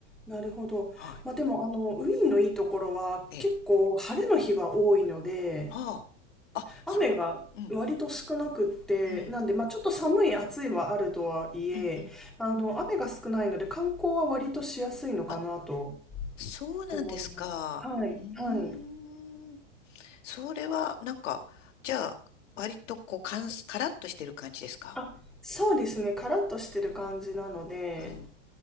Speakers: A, in the centre; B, on the left.
A: なるほど。
B: はい。
A: まあ、でも、あの、ウィーンのいいところは結構晴れの日が多いので、
B: ええ。はあ。あ、
A: 雨が割と少なくって、
B: そうな、うん、うん、
A: なんで、まあ、ちょっと寒い、暑いはあるとはいえ、
B: うん、うん。
A: あの、雨が少ないので、観光は割としやすいのかなと
B: あ、そうなんですか。
A: 思います。はい、
B: うーん。
A: はい。
B: それは、なんか、じゃあ、割とこう、かん、カラッとしてる感じですか
A: あ、そうですね、カラッとしてる感じなので、
B: うん、